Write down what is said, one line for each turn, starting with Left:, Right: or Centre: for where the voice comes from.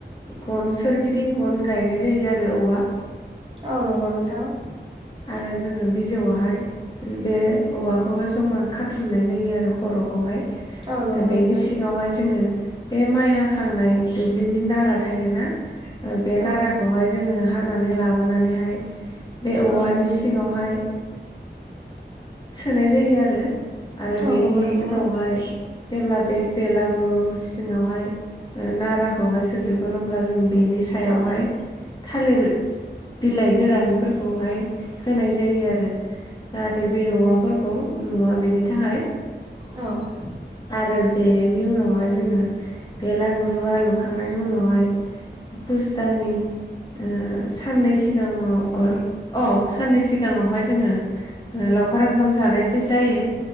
Left: गन सोरगिदिं गन गायनाय जायो आरो औवा
Right: औ नंगौ नोंथां
Left: आरो जोङो बिजौआवहाय बे औवाखौहाय जमा खाथुमनाय जायो आरो खर'खौहाय
Right: औ नंगौ
Left: बेनि
Right: नोंथां
Left: सिङावहाय जोङो बे माइ हाखांनाय दुब्लिनि नारा थायो ना
Right: औ
Left: बे नाराखौहाय जोङो हानानै लाबोनानैहाय बे औवानि
Right: औ
Left: सिङावहाय सोनाय जायो आरो आरो
Right: औ
Left: बेनि
Right: नंगौ नोंथां
Left: उनावहाय
Right: औ
Left: जेब्ला बे बेलागुरु सिङावहाय नाराखौहाय सोजोबगोन अब्ला जोङो बेनि सायावहाय
Right: औ औ
Left: थालेर बिलाइ गोरान फोरखौहाय होनाय जायो आरो जाहाथे बे औवा फोरखौ नुवा बेनि थाखाय
Right: औ
Left: आरो बेनि उनावहाय जोङो बेलागुरुआ लुखांनायनि उनावहाय पुस दाननि ओ साननै सिगाङाव अ औ साननै सिगाङावहाय जोङो ओ लावखार ओंखाम जानाय जे जायो